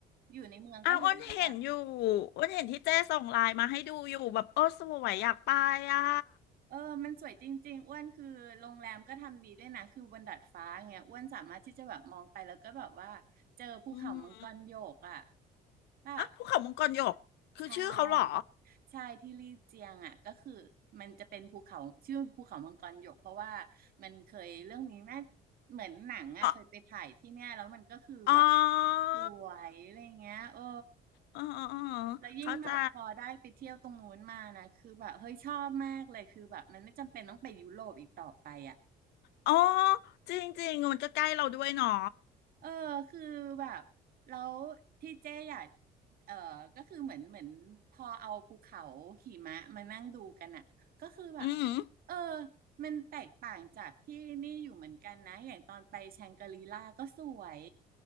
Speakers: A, on the right (about 60°); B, on the left (about 80°).
A: อยู่ในเมืองก็เห็นแล้วว่า
B: อ้าวอ้นเห็นอยู่อ้นเห็นที่เจ้ส่งไลน์มาให้ดูอยู่แบบโอ้สวยอยากไปอ่ะ
A: เออมันสวยจริงๆอ้วนคือโรงแรมก็ทำดีด้วยนะ คือบนดาดฟ้าเงี้ยอ้วนสามารถที่จะแบบมองไปแล้วก็แบบว่าเจอภูเขามังกรโยกอ่ะ
B: อืม
A: แบบ
B: อ่ะภูเขามังกรหยกคือชื่อเขาเหรอ
A: ใช่ใช่ที่ลี่เจียงอ่ะก็คือมันจะเป็นภูเขาชื่อภูเขามังกรโยกเพราะว่ามันเคยเรื่องนี้แม่เหมือนหนังอ่ะเคยไปถ่ายที่เนี่ยแล้วมันก็คือแบบ
B: อ๋ออ๋อ
A: สวยอะไรเงี้ยเออ
B: อ๋ออ๋อ
A: แล้วยิ่งแบบพอได้ไปเที่ยวตรงนู้นมานะคือแบบเฮ้ยชอบมากเลยคือแบบมันไม่จำเป็นต้องไปยุโรปอีกต่อไปอ่ะ
B: เข้าใจอ๋อจริงๆมันก็ใกล้เราด้วยเนาะ
A: เออคือแบบแล้วที่เจ๊อยากเออก็คือเหมือนเหมือนพอเอาภูเขาหิมะมานั่งดูกันอ่ะก็คือแบบ
B: อืม
A: เออมันแตกต่างจากที่นี่อยู่เหมือนกันนะอย่างตอนไปแชงกรีล่าก็สวย